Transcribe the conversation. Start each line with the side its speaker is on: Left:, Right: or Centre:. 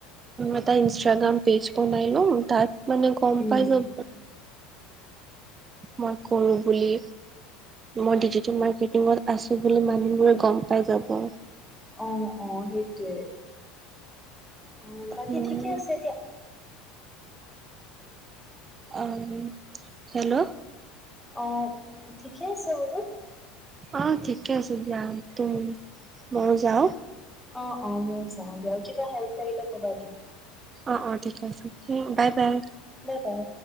Right: এটা ইনষ্টাগ্ৰাম পেজ বনাই লো তাত মানে গম
Centre: উম
Right: পাই যাব মই কৰো বুলি মই ডিজি মিত আছো বুলি মান ম গম পাই যাব <inaudible>
Centre: আহ অ সেইটোৱে অ
Right: উম,
Centre: বাকী ঠিকে আছে এতিয়া
Right: আহ হেল্ল'
Centre: অ ঠিকে আছে বোলো
Right: অ ঠিকে আছে দিয়া তুম মই যাও
Centre: অ অ মোৰ চাওঁ দে কিবা হেল্প লাগিলে কবা দিয়ে।
Right: অ', অ', ঠিক আছে বাই বাই।
Centre: Bye bye.